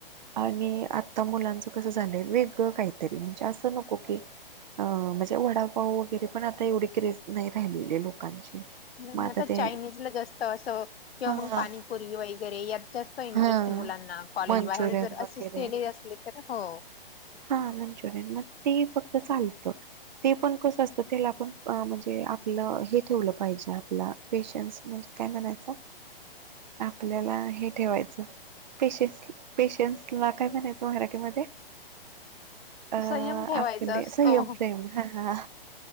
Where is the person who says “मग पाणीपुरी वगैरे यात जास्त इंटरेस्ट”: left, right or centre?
Left